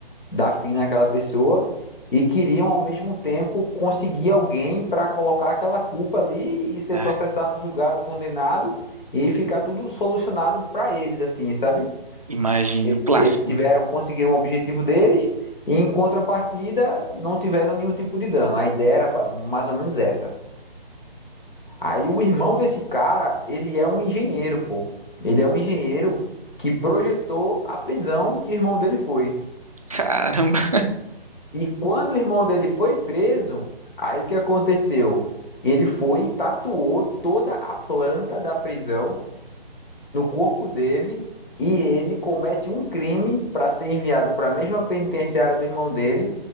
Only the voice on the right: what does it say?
ah,
imagina,
um clássico.
Caramba,